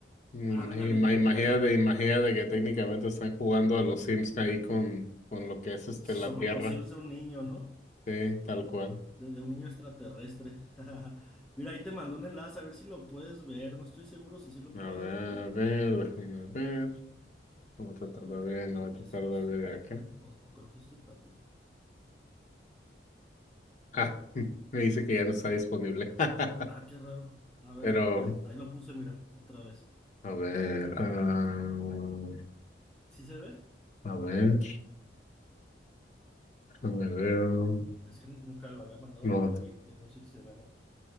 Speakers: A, on the left (about 40°); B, in the centre.
A: imagi-
B: Ándale.
A: ima- imagínate,
B: <laughs>
A: imagínate que técnicamente están jugando a los Sims ahí con, con lo que es este
B: Somos
A: la Tierra,
B: los sims de un niño, ¿no?
A: sí, tal cual.
B: De, de un niño extraterrestre. <laughs> Mira, ahí te mandé un enlace, a ver si lo puedes ver. No estoy seguro si sí lo
A: A
B: puedes
A: ver,
B: ver.
A: a ver, déjame ver. No voy a tratar
B: A ver,
A: de ver, no
B: oye,
A: voy a tratar
B: son
A: de
B: cinco.
A: ver acá.
B: O, o creo que este también.
A: Ah, <laughs> me dice que ya no está disponible. <laughs>
B: Ah, qué raro. A ver,
A: Pero,
B: ya, ahí lo puse, mira, otra vez.
A: a ver, ah,
B: ¿Sí se ve?
A: a ver, déjame ver.
B: Es que nunca lo había mandado
A: No,
B: por ahí, entonces no sé si se ve o